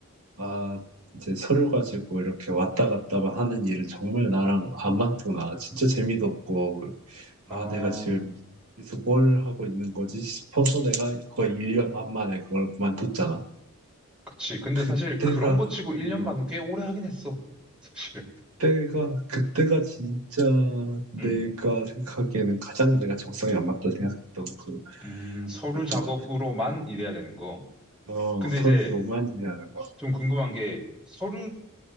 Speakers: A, on the right; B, in the centre.
A: 아, 이제 서류 가지고 이렇게 왔다 갔다만 하는 일은 정말 나랑 안 맞구나. 진짜 재미도 없고
B: 아,
A: 아, 내가 지금 여기서 뭘 하고 있는 거지 싶어서 내가 거의 1년 반 만에 그걸 그만뒀잖아.
B: 그치. 근데
A: 그때가,
B: 사실 그런 거 치고 1년
A: 어,
B: 반은 꽤 오래 하긴 했어. 사실은.
A: 그때가, 그때가 진짜 내가
B: 음,
A: 생각하기에는 가장 내가 적성에 안 맞다 생각했던 그,
B: 음, 서류
A: 그랬던
B: 작업으로만
A: 것 같아.
B: 일해야 되는 거.
A: 어,
B: 근데
A: 서류
B: 이제
A: 로만이라는 거.
B: 좀 궁금한 게 서류